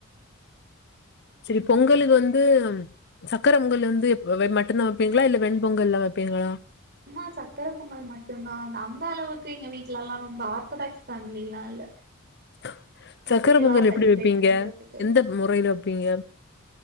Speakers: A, on the left (about 55°); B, on the right (about 50°).
A: செரி பொங்கலுக்கு வந்து சக்கர பொங்கல் வந்து மட்டுதா வப்பீங்ளா இல்ல வெண்பொங்கல்லா வப்பீங்களா
B: சும்மா சக்கர பொங்கல் மட்டுந்தா அந்த அளவுக்கு எங்க வீட்லல்லா ரொம்ப ஆர்த்தடாக்ஸ் ஃபேமிலி எல்லா இல்ல
A: <inaudible> சக்கர
B: அப்டியெல்லா
A: பொங்கல் எப்டி
B: செலிப்ரேட்
A: வப்பீங்க?
B: பண்றதுக்கு
A: எந்த முறைல வப்பீங்க?